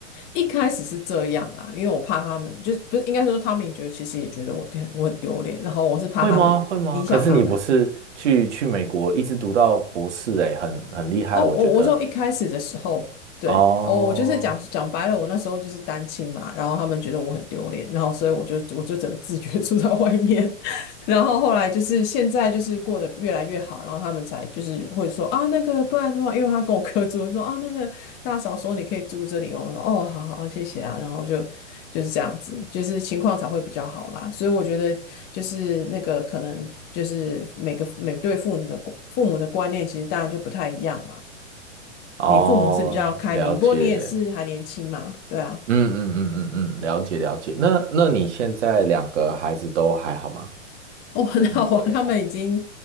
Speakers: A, on the left (about 25°); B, on the right (about 70°).
A: 一开始是这样啦，因为我怕他们，就是不是应该是说他们也觉得其实也觉得我丢我很丢脸，然后我是怕他们影响他们，
B: 会吗？会吗？可是你不是去去美国一直读到博士、欸，哎，很很厉害，
A: 哦，
B: 我觉得。
A: 我我说一开始的时候，对，
B: 哦
A: 哦，我就是讲讲白了，我那时候就是单亲嘛，然后他们觉得我很丢脸，然后所以我就我就整个自觉住在外面，<laughs> 然后后来就是现在就是过得越来越好，然后他们才就是会说啊那个不然的话，因为他跟我哥住，说啊那个大嫂说你可以住这里哦，我说哦好好好谢谢啊，然后就就是这样子，就是情况才会比较好啦，所以我觉得就是那个可能就是每个每对父母的父母的观念其实当然就不太一样嘛。
B: 哦，
A: 你父母是比较开明，
B: 了解，
A: 不过你也是还年轻嘛，对啊。
B: 嗯嗯嗯嗯嗯，了解了解。那那你现在两个孩子都还好吗？
A: <laughs> 哦，很好啊，
B: 在美国的话，
A: 他们已经，